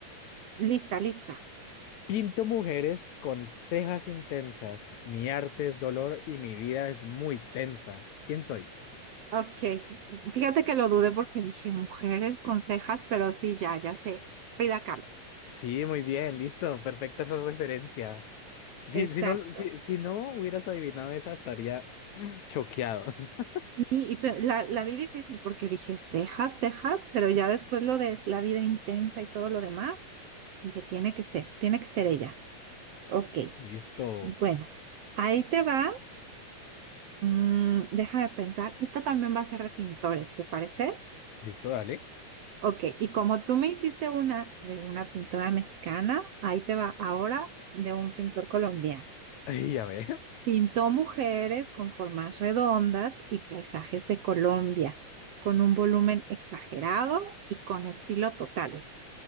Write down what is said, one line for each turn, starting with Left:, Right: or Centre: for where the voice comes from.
Right: Lista, lista.
Left: Pinto mujeres con cejas intensas. Mi arte es dolor y mi vida es muy tensa. ¿Quién soy?
Right: Ok, fíjate que lo dudé porque dije mujeres con cejas, pero sí, ya, ya sé. Frida Kahlo.
Left: Sí, muy bien, listo. Perfecta esa referencia. Si,
Right: Exacto.
Left: si no, si, si no hubieras adivinado esa, estaría <laughs> choqueado. <laughs>
Right: Sí, y pe- la, la vi difícil porque dije cejas, cejas, pero ya después lo de la vida intensa y todo lo demás, dije tiene que ser, tiene que ser ella. Ok.
Left: Listo.
Right: Bueno, ahí te va. Mm, déjame pensar. Esta también va a ser de pintores, ¿te parece?
Left: Listo, dale.
Right: Ok, y como tú me hiciste una de una pintora mexicana, ahí te va ahora de un pintor colombiano.
Left: <laughs> Y a ver.
Right: Pintó mujeres con formas redondas y paisajes de Colombia, con un volumen exagerado y con estilo total.